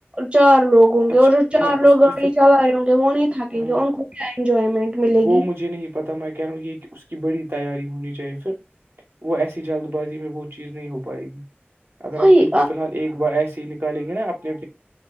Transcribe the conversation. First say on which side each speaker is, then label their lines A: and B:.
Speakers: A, on the right (about 30°); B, on the right (about 70°).
A: چار لوگ ہوں
B: اچھا
A: گے اور جو چار
B: نہیں اس
A: لوگ گاڑی
B: کی پھر
A: چلا رہے ہوں گے وہ نہیں تھکیں
B: ہاں
A: گے ان کو کیا انجوائمنٹ ملے
B: وہ
A: گی
B: مجھے نہیں پتا میں کہہ رہا ہوں یہ اس کی بڑی تیاری ہونی چاہیے پھر وہ ایسی جلد بازی میں وہ چیز نہیں ہو پائے گی اگر آپ
A: وہی
B: ان کو فی الحال ایک بار ایس ہی نکالیں گے نا اپنے